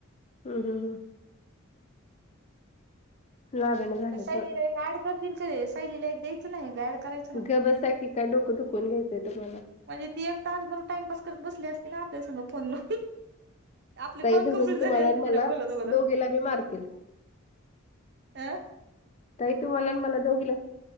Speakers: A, on the left; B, on the right.
A: हम हम हम लागण झालं
B: सायलीला
A: होय
B: एक ऍड करतील काय ते सायलीला एक द्यायचं नाही ऍड करायच
A: ग बसा की काय डोकं दुखवून घ्यायचंय तुम्हाला
B: म्हणजे ती एक तासभर टाइमपास करत बसली असते ना आपल्यास फोन म आपले
A: ताई
B: कॉल
A: धरून
B: कंप्लीट
A: तुम्हाला
B: झाले असते
A: आणि मला
B: तिला बोलत बोलत
A: दोघीला बी मारतील
B: अं
A: ताई तुम्हाला मला दोघी ल